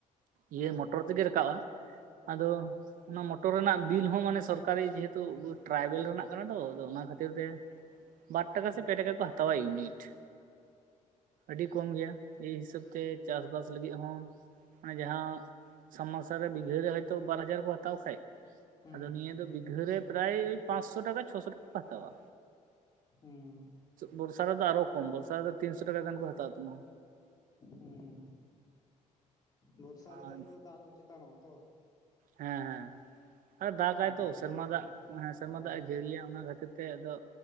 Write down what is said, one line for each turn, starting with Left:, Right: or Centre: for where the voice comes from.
Right: ᱤᱭᱟᱹ
Left: ᱦᱩᱸ
Right: ᱢᱚᱴᱚᱨ ᱛᱮᱜᱮ ᱨᱟᱠᱟᱵᱼᱟ, ᱟᱫᱚ ᱚᱱᱟ ᱢᱚᱴᱚᱨ ᱨᱮᱱᱟᱜ ᱵᱤᱞ ᱦᱚᱸ ᱢᱟᱱᱮ ᱥᱚᱨᱠᱟᱨᱤ ᱡᱮᱦᱮᱛᱩ ᱴᱨᱟᱭᱵᱮᱞ ᱨᱮᱱᱟᱜ ᱠᱟᱱᱟ ᱛᱚ, ᱟᱫᱚ ᱚᱱᱟ ᱠᱷᱟᱹᱛᱤᱨ ᱛᱮ ᱵᱟᱨ ᱴᱟᱠᱟ ᱥᱮ ᱯᱮ ᱴᱟᱠᱟ ᱠᱚ ᱦᱟᱛᱟᱣᱟ ᱤᱭᱩᱱᱤᱴ᱾ ᱟᱹᱰᱤ ᱠᱚᱢ ᱜᱮᱭᱟ, ᱮᱭ ᱦᱤᱥᱟᱹᱵ ᱛᱮ ᱪᱟᱥᱵᱟᱥ ᱞᱟᱹᱜᱤᱫ ᱦᱚᱸ ᱢᱟᱱᱮ ᱡᱟᱦᱟᱸ ᱥᱟᱵᱽᱢᱟᱨᱥᱟᱞ ᱨᱮ ᱵᱤᱜᱷᱟᱹ ᱨᱮ ᱦᱳᱭᱛᱚ ᱵᱟᱨ ᱦᱟᱡᱟᱨ ᱠᱚ ᱦᱟᱛᱟᱣ ᱠᱷᱟᱡ,
Left: ᱦᱩᱸ
Right: ᱟᱫᱚ ᱱᱤᱭᱟᱹ ᱵᱤᱜᱷᱟᱹ ᱨᱮ ᱯᱨᱟᱭ ᱯᱟᱸᱪᱥᱚ ᱴᱟᱠᱟ ᱪᱷᱚᱥᱚ ᱴᱟᱠᱟ ᱦᱟᱛᱟᱣᱟ᱾
Left: ᱦᱩᱸ ᱦᱩᱸ
Right: ᱵᱚᱨᱥᱟ ᱨᱮ ᱫᱚ ᱟᱨᱚ ᱠᱚᱢ ᱵᱚᱨᱥᱟ ᱨᱮ ᱫᱚ ᱛᱤᱱᱥᱚ ᱴᱟᱠᱟ ᱜᱟᱱ ᱠᱚ ᱦᱟᱛᱟᱣ ᱛᱟᱢᱟ᱾
Left: ᱦᱩᱸ ᱵᱚᱨᱥᱟ ᱨᱮᱫᱚ
Right: ᱟᱨ
Left: ᱱᱤᱛᱚᱜ ᱫᱚ ᱫᱟᱜ ᱫᱚ ᱪᱮᱛᱟᱱᱚᱜᱼᱟ ᱛᱚ?
Right: ᱦᱮᱸ ᱦᱮᱸ᱾ ᱟᱨ ᱫᱟᱜᱟᱭ
Left: ᱫᱟᱜ
Right: ᱛᱚ ᱥᱮᱨᱢᱟ
Left: ᱜᱮ
Right: ᱫᱟᱜ ᱦᱮᱸ ᱥᱮᱨᱢᱟ
Left: ᱦᱳᱭ
Right: ᱫᱟᱜ ᱮ
Left: ᱦᱳᱭ
Right: ᱡᱟᱹᱲᱤᱭᱟ ᱚᱱᱟ ᱠᱷᱟᱹᱛᱤᱨ ᱛᱮ ᱛᱮ ᱟᱫᱚ